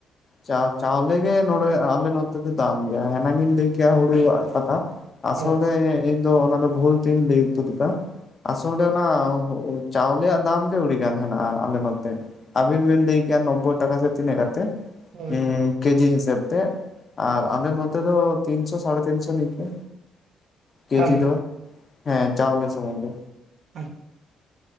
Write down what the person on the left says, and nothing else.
ᱪᱟ ᱪᱟᱣᱞᱮ ᱜᱮ ᱱᱚᱸᱰᱮ ᱟᱞᱮ ᱱᱚᱛᱮ ᱫᱚ ᱫᱟᱢ ᱜᱮᱭᱟ ᱦᱮᱱᱟᱝᱤᱧ ᱞᱟᱹᱭ ᱠᱮᱜ-ᱟ ᱦᱩᱲᱩ ᱣᱟᱜ ᱠᱟᱛᱷᱟ᱾ ᱟᱥᱚᱞ
ᱨᱮ ᱤᱧ ᱫᱚ ᱚᱱᱟ ᱫᱚ ᱵᱷᱩᱞ ᱛᱤᱧ ᱞᱟᱹᱭ ᱛᱩᱫ ᱠᱟᱜ-ᱟ ᱟᱥᱚᱞ ᱨᱮᱼᱼ ᱚᱱᱟ ᱦᱳᱜ-ᱳ ᱪᱟᱣᱞᱮ ᱭᱟᱜ ᱫᱟᱢ ᱜᱮ ᱟᱹᱰᱤ ᱜᱟᱱ ᱦᱮᱱᱟᱜ-ᱟ᱾ ᱟᱞᱮ ᱱᱚᱛᱮ ᱟᱵᱤᱱ ᱵᱤᱱ ᱞᱟᱹᱭ ᱠᱮᱭᱟ ᱱᱚᱵᱵᱳᱭ ᱴᱟᱠᱟ ᱥᱮ ᱛᱤᱱᱟᱹᱜ ᱠᱟᱛᱮᱜ
ᱩᱸᱻᱼᱼ
ᱠᱮᱡᱤ ᱦᱤᱥᱟᱹᱵᱽ ᱛᱮ ᱟᱨ ᱟᱞᱮ ᱱᱚᱛᱮ ᱫᱚ ᱛᱤᱱᱥᱚ ᱥᱟᱲᱮ ᱛᱤᱱ ᱥᱚ ᱱᱤᱝᱠᱟᱹ᱾ ᱠᱮᱡᱤ
ᱫᱚ ᱦᱮᱸ ᱪᱟᱣᱞᱮ ᱥᱩᱢᱩᱝ ᱫᱚ